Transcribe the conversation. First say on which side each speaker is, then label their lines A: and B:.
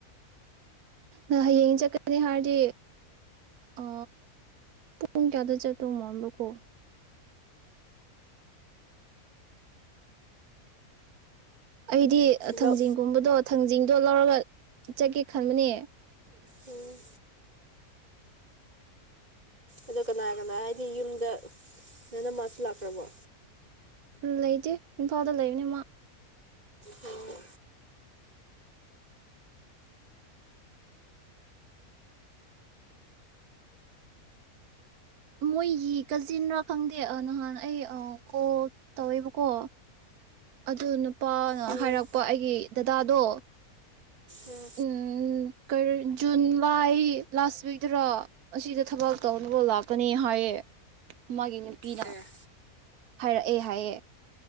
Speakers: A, on the right; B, on the right.
A: ꯑ ꯍꯌꯦꯡ ꯆꯠꯀꯅꯤ ꯍꯥꯏꯔꯗꯤ ꯑ ꯄꯨꯡ ꯀꯌꯥꯗ ꯆꯠꯇꯧ ꯃꯝꯕ꯭ꯔꯣꯀꯣ ꯑꯩꯗꯤ ꯊꯥꯡꯖꯤꯡꯒꯨꯝꯕꯗꯣ
B: ꯂꯧ
A: ꯊꯥꯡꯖꯤꯡꯗꯣ ꯂꯧꯔꯒ ꯆꯠꯒꯦ ꯈꯟꯕꯅꯦ
B: ꯎꯝ ꯑꯗꯨ ꯀꯅꯥ ꯀꯅꯥ ꯍꯥꯏꯗꯤ ꯌꯨꯝꯗ ꯅꯣꯏꯅ ꯃꯥꯁꯨ ꯂꯥꯛꯈ꯭ꯔꯕꯣ
A: ꯎꯝ ꯂꯩꯇꯦ ꯏꯝꯐꯥꯜꯗ ꯂꯩꯕꯅꯤ ꯃꯥ
B: ꯎꯝ
A: ꯃꯣꯏꯒꯤ ꯀꯖꯤꯟꯅꯔꯥ ꯈꯪꯗꯦ ꯅꯍꯥꯟ ꯑꯩ ꯀꯣꯜ ꯇꯧꯋꯦꯕꯀꯣ ꯑꯗꯨꯅ ꯄꯥꯅꯣ
B: ꯎꯝ
A: ꯍꯥꯏꯔꯛꯄ ꯑꯩꯒꯤ ꯗꯗꯥꯗꯣ
B: ꯎꯝ
A: ꯎꯝ ꯀ ꯖꯨꯟ ꯂꯥꯏ ꯂꯥꯁ ꯋꯤꯛꯇꯔꯣ ꯑꯁꯤꯗ ꯊꯕꯛ ꯇꯧꯅꯕ ꯂꯥꯛꯀꯅꯤ ꯍꯥꯏꯌꯦ ꯃꯥꯒꯤ ꯄꯤꯤꯗ
B: ꯑꯦ
A: ꯍꯥꯏꯔꯛꯑꯦ ꯍꯥꯏꯌꯦ